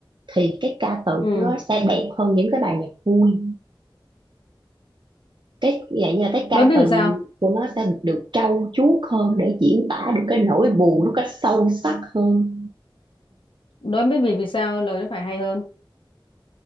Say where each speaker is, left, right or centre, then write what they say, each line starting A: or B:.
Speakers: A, on the right; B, on the left.
A: thì cái ca từ
B: ừ
A: nó sẽ đẹp hơn những cái bài nhạc vui. Cái vậy như là cái ca
B: đối biết
A: từ
B: vì sao
A: của nó sẽ được trau chuốt hơn để diễn tả được cái nỗi buồn nó cách sâu sắc hơn.
B: đối biết vì vì sao lời nó phải hay hơn